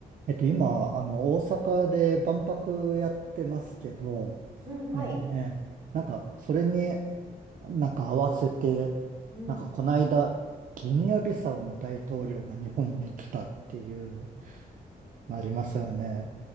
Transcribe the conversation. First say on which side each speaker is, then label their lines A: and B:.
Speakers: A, on the right; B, on the right.
A: えっと、今、あの、大阪で万博やってますけど、
B: うん、はい。
A: ね、ね、なんか、それになんか合わせて、
B: うん。
A: なんか、この間、ギニアビサウの大統領が日本に来たっていう、ありますよね。